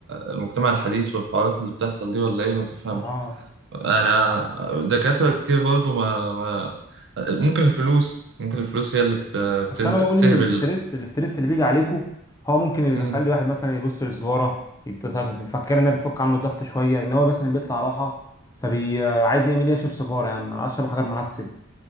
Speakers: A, on the right (about 60°); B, on the left (about 15°).
A: المجتمع الحديث والحوارات اللي بتحصل دي ولا ايه ما تفهمش
B: اه
A: انا دكاترة كتير برضو ما ما ممكن الفلوس ممكن الفلوس هي اللي بت... بت...
B: بس
A: بتهبل
B: انا بقول ان الاسترس الاسترس اللي بيجي عليكم هو ممكن يخلي
A: مم.
B: واحد مثلا يبص لسجاره يت- يفكر انها بتفك عنه الضغط شويه ان هو مثلا بيطلع راحه فبي عايز يعمل ايه يشرب سيجاره يا عم انا عايز اشرب حجر معسل